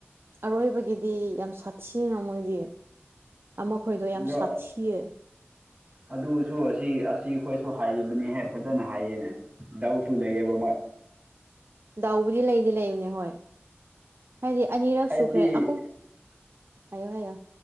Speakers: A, on the right; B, on the right.
A: ꯑꯔꯣꯏꯕꯒꯤꯗꯤ ꯌꯥꯝ ꯁꯥꯊꯤꯅ ꯃꯣꯏꯗꯤ ꯑꯃꯈꯣꯏꯗꯣ ꯌꯥꯝ
B: ꯑꯗꯣ
A: ꯁꯥꯊꯤꯌꯦ
B: ꯑꯗꯨꯁꯨ ꯑꯁꯤ ꯑꯁꯤ ꯑꯩꯈꯣꯏꯁꯨ ꯍꯥꯏꯕꯅꯦ ꯐꯖꯅ ꯍꯥꯏꯌꯦꯅꯦ ꯗꯥꯎꯁꯨ ꯂꯩꯑꯕ ꯃꯣꯏ
A: ꯗꯥꯎꯕꯨꯗꯤ ꯂꯩꯗꯤ ꯂꯩꯕꯅꯦ ꯍꯣꯏ ꯍꯥꯏꯗꯤ ꯑꯅꯤꯔꯛ
B: ꯑꯩꯗꯤ
A: ꯁꯨꯈ꯭ꯔꯦ ꯑꯍꯨꯝ ꯍꯥꯏꯌꯣ ꯍꯥꯏꯌꯣ